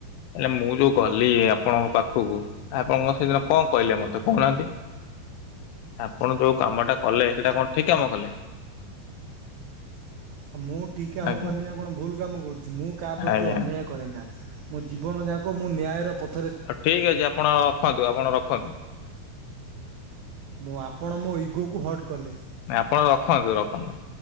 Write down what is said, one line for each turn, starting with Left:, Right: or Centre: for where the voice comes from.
Left: ହେଲେ ମୁଁ ଯୋଉ ଗଲି ଆପଣଙ୍କ ପାଖକୁ ଆପଣ ମୋତେ ସେଇଦିନ
Right: ହଁ
Left: କଣ କହିଲେ ମତେ କହୁନାହାନ୍ତି। ଆପଣ ଯୋଉ କାମଟା କଲେ ସେଇଟା କଣ ଠିକ କାମ କଲେ?
Right: <inaudible> ମୁଁ ଠିକ କାମ
Left: ଆଜ୍ଞା
Right: କରିନି ଆ କଣ ଭୁଲ କାମ କରୁଛି। ମୁଁ କାହା ପ୍ରତି
Left: ଆଜ୍ଞା
Right: ଅନ୍ୟାୟ କରେ ନା। ମୋ ଜୀବନ ଯାକ ମୁଁ ନ୍ୟାୟ ର ପ
Left: ଆଉ ଠିକ ଅଛି ଆପଣ ରଖନ୍ତୁ। ଆପଣ ରଖନ୍ତୁ।
Right: ମୁଁ ଆପଣ ମୋ ଇଗୋ କୁ ହଟ୍ କଲେ।
Left: ନା ଆପଣ ରଖନ୍ତୁ ରଖନ୍ତୁ।